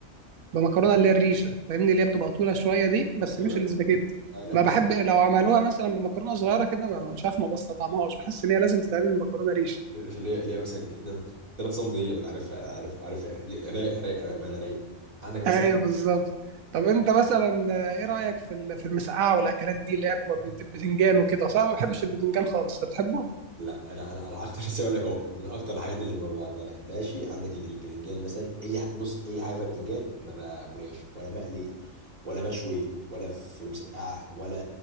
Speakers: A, on the right (about 80°); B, on the right (about 30°).
A: بمكرونه اللي هي الريشه فاهمني اللي هي بتبقى طويله شويه دي بس
B: ايوه
A: مش
B: ايوه
A: الاسباجيتي
B: آه لا
A: ما بحب
B: مش
A: لو عملوها مثلا بمكرونه صغيره كده ما- مش عارف ما بستطعمهاش بحس ان هي لازم تتعمل مكرونه ريشه
B: مش اللي هي اللي هي مثلا 2 3 سم ديت انا عارف انا عارف عارف ج- رايق رايق بامانه رايق عندك مثلا
A: ايوه بالظبط طب انت مثلا آه، ايه رايك في ال- في المسقعه والاكلات دي اللي هي بتبقى بت- بتنجان وكده اصلا أنا ما بحبش
B: لا
A: البتنجان خالص انت بتحبه
B: لا انا انا على اكتر <laughs> لسه اقول لك اهو من اكتر الحاجات اللي ما ما- ما بحبهاش عندك ال- البرنجان مثلا اي ح- بص اي حاجه فيها بتنجان ما باكلهاش ولا مقلي ولا مشوي ولا في مسقعه ولا